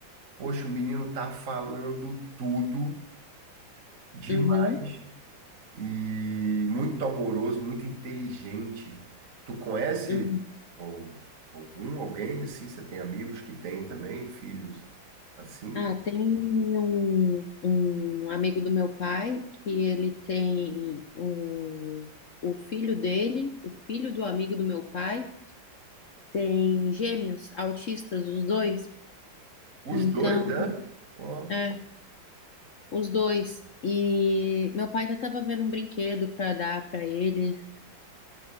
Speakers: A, on the right; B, on the left.
A: poxa, o menino tá falando tudo demais.
B: uhum,
A: e muito amoroso, muito inteligente. Tu conhece
B: uhum.
A: al- algum, alguém assim? Você tem amigos que têm também filhos assim?
B: Ah, tem um, um amigo do meu pai que ele tem o, o filho dele, o filho do amigo do meu pai, tem gêmeos, autistas, os dois.
A: Os
B: Então,
A: dois, né? Ó,
B: é, os dois. E meu pai já tava vendo um brinquedo para dar para ele,